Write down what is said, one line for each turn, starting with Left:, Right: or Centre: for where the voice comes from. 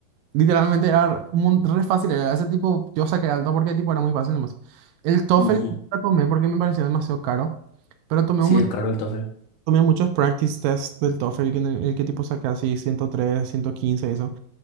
Right: literalmente era mun- re fácil, era ese tipo, yo saqué alto porque tipo era muy fácil nomás. El TOEFL
Left: ujú.
Right: lo tomé porque me parecía demasiado caro, pero tomé,
Left: Sí,
Right: un, mon-
Left: es caro el TOEFL.
Right: tomé muchos practice tests del TOEFL, que en el, el que tipo saqué así 103, 115 y eso.